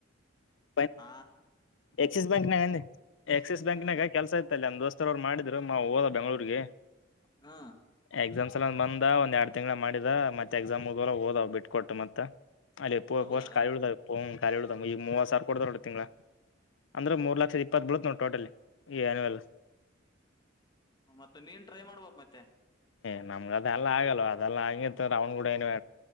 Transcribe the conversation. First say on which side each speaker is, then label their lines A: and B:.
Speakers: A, on the left (about 70°); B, on the left (about 20°).
A: ಬ್ಯಾಂ
B: ಹ
A: ಎಕ್ಸಿಸ್ ಬ್ಯಾಂಕ್ ನಾಗೆ ಆಕ್ಸಿಸ್ ಬ್ಯಾಂಕ್ನಾಗ
B: ಹ್ಮ್
A: ಕೆಲಸ ಇತ್ತ ಅಲ್ಲಿ ನಂದ ದೋಸ್ತರವ್ರು ಮಾಡಿದ್ರು ಮಾ ಹೋದ ಬೆಂಗಳೂರಿಗೆ.
B: ಹ್ಮ
A: ಎಕ್ಸಾಮ್ಸ್ ಎಲಂದ ಬಂದಂದ ಎರಡ್ ತಿಂಗಳು ಮಾಡಿದ ಮತ್ತೆ ಎಕ್ಸಾಮ್ ಹದರ ಹೋದಾವ ಬಿಟ್ಕ ಕೊಟ್ಟು ಮತ್ತತ್. ಅಲ್ಲಿ ಇಪ್ಪಫೋಸ್ಟ್
B: ಹೌದಾ
A: ಕಾಲಿ ಉಳ್ದಾವಪ್ಪ ಖಾಲಿ ಉಳದಾವ್ ಈ ಮೂವತ್ತು ಸಾವಿರ ಕೊಡದಾರೋ ತಿಂಗಳಾ. ಅಂದ್ರೆ ಮೂರ್ ಲಕ್ಷದ ಇಪ್ಪತ್ತು ಬೀಳುತ್ತತ್ ನೋಡು ಟೋಟಲ್ ಈ ನಲ್.
B: ಮತ್ತೆ ನೀನ್ ಟ್ರೈ ಮಾಡ್ಬೇಕ ಮತ್ತೆ.
A: ಏ ನಮ್ ಅದದೆಲ್ಲ ಆಗಲ್ವ ಅದೆಲ್ಲ ಹಂಗಿ ರೌಂಡ್ ಕೂಡ ಏನಡೆ